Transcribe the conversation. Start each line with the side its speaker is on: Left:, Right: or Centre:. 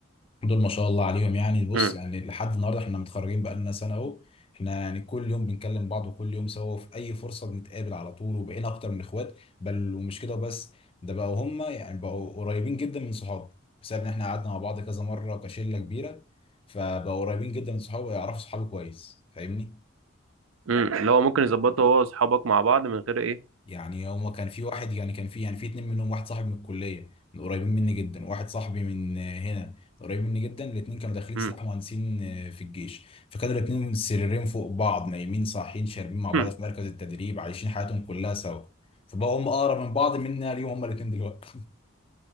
Left: دول ما شاء الله عليهم يعني بص
Right: امم
Left: يعني لحد النهارده احنا متخرجين بقى لنا سنه اهو احنا يعني كل يوم بنكلم بعض وكل يوم سوا وفي اي فرصه بنتقابل على طول وبقينا اكتر من اخوات بل ومش كده بس ده بقوا هم يعني بقوا قريبين جدا من صحابي بسبب ان احنا قعدنا مع بعض كذا مره كشله كبيره فبقوا قريبين جدا من صحابي ويعرفوا صحابي كويس فاهمني
Right: امم اللي هو ممكن يظبطه هو واصحابك مع بعض من غير ايه
Left: يعني هما كان في واحد يعني كان في يعني في اتنين منهم واحد صاحبي من الكلية من قريبين مني جدا وواحد صاحبي من آه، هنا قريب مني جدا الاتنين كانوا داخلين
Right: امم
Left: سلاح مهندسين آه، في الجيش فكانوا الاتنين السريرين فوق بعض نايمين صاحيين شاربين مع بعض
Right: <laughs>
Left: في مركز التدريب عايشين حياتهم كلها سوا فبقوا هم اقرب من بعض مننا ليهم هما الاتنين دلوقتي